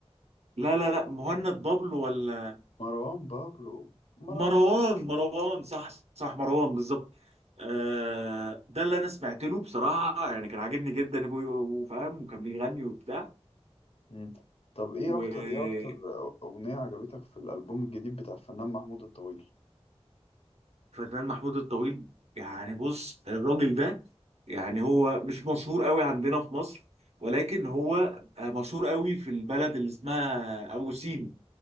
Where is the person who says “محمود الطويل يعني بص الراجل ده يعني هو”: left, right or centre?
Right